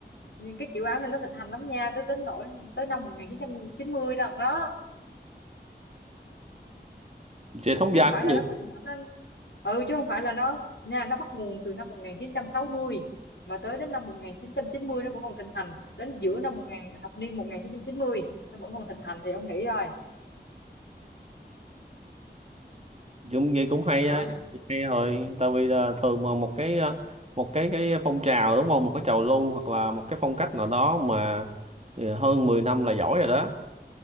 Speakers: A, on the left; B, on the right.
A: nhưng cái kiểu áo này nó thịnh hành lắm nha tới đến nỗi tới năm một nghìn chín chín trăm chín mươi đó đó
B: chị sống
A: chứ
B: dai
A: không phải
B: cái
A: là nó
B: gì
A: thành nó, nó ừ chứ không phải là nó nha nó bắt nguồn từ năm 1960 mà tới đến năm 1990 nó vẫn còn thịnh hành đến giữa năm 1000 thập niên một nghìn chín chín trăm chín mươi nó vẫn còn thịnh hành thì ông nghĩ rồi
B: Dũng vậy cũng hay
A: đó
B: á hay rồi tại vì là thường mà một cái ờ, một cái cái phong trào đúng không một cái trào lưu hoặc là một cái phong cách nào đó mà ờ, hơn 10 năm là giỏi rồi đó